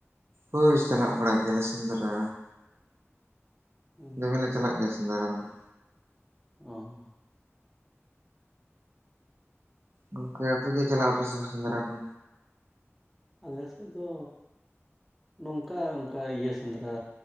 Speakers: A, on the right (about 60°); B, in the centre.
A: ᱦᱳᱭ ᱥᱮᱱᱚᱜ ᱵᱟᱲᱟᱜ ᱜᱮᱭᱟᱞᱮ ᱥᱮᱸᱫᱽᱨᱟ᱾
B: ᱦᱩᱸ
A: ᱫᱚᱢᱮ ᱞᱮ ᱪᱟᱞᱟᱜ ᱜᱮᱭᱟ ᱥᱮᱸᱫᱽᱨᱟ ᱫᱚ ᱦᱟᱜ᱾
B: ᱚ
A: ᱜᱚᱝᱠᱮ ᱟᱯᱮ ᱜᱮ ᱪᱟᱞᱟᱜ ᱟᱯᱮ ᱥᱮ ᱵᱟᱝ ᱥᱮᱸᱫᱽᱨᱟ ᱠᱚ?
B: ᱟᱞᱮ ᱥᱮᱡ ᱫᱚ ᱜᱚᱝᱠᱮ ᱱᱚᱝᱠᱟ ᱚᱱᱠᱟ ᱤᱭᱟᱹ ᱥᱮᱸᱫᱽᱨᱟ